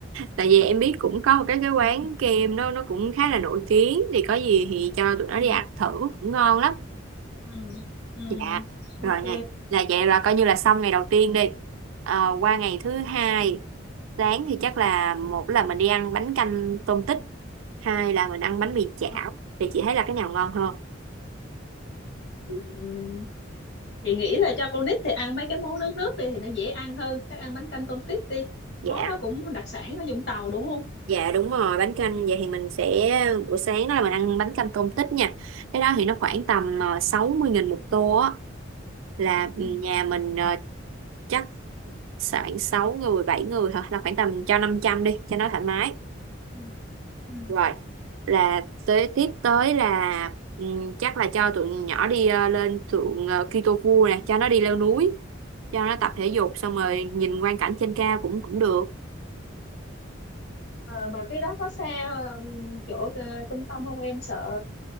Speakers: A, on the right (about 90°); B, on the left (about 55°).
A: tại vì em biết cũng có một cái cái quán kem đó nó cũng khá là nổi tiếng thì có gì thì cho tụi nó
B: ừ.
A: đi ăn thử cũng ngon lắm.
B: Ừ. Ừ.
A: Dạ, rồi
B: ok
A: nè, là vậy là coi như là xong ngày đầu tiên đi. Ờ, qua ngày thứ hai, sáng thì chắc là một là mình đi ăn bánh canh tôm tích, hai là mình ăn bánh mì chảo.
B: Ờ.
A: Thì chị thấy là cái nào ngon hơn?
B: Ừ. chị nghĩ là cho con nít thì ăn mấy cái món nước nước đi thì nó dễ ăn hơn chắc ăn bánh canh tôm tít đi
A: Dạ,
B: món đó cũng đặc sản ở Vũng Tàu đúng không
A: dạ đúng rồi, bánh canh vậy thì mình sẽ buổi sáng đó là mình ăn bánh canh tôm tích nha. Cái đó thì nó khoảng tầm ờ, sáu mươi nghìn một tô á là ừ,
B: ừ.
A: nhà mình ờ, chắc khoảng 6 người 7 người thôi là khoảng tầm cho 500 đi cho nó thoải mái.
B: Ừ. Ừ.
A: Rồi, là tới tiếp tới là ừm, chắc là cho tụi nhỏ đi ờ, lên thượng ờ, Kitofu nè, cho nó đi leo núi, cho nó tập thể dục xong rồi nhìn quang cảnh trên cao cũng cũng được.
B: Ờ, mà cái đó có xa ừ, chỗ ờ, trung tâm không em sợ